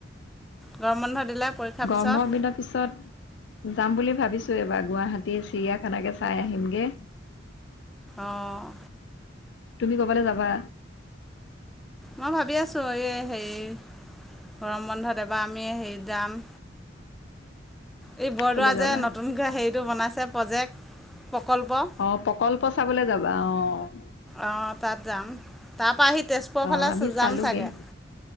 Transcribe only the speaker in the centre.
গৰম বন্ধ দিলে পৰীক্ষাৰ
পিছত
অহ'
মই ভাবি আছো এই হেৰি গৰম বন্ধত এবাৰ আমি হেৰি যাম। এই বৰদোৱা
যে নতুনকে হেৰি টো বনাইছে প্ৰজেক্ট প্ৰকল্প
অ তাত যাম। তাত টাপা আহি তেজপুৰৰ
ফালে
যাম
চাগৈ,